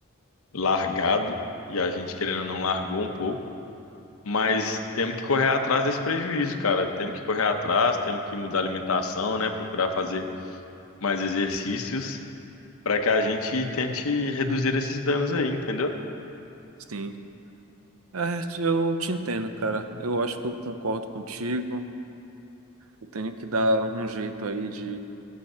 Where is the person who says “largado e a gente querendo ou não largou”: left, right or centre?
Left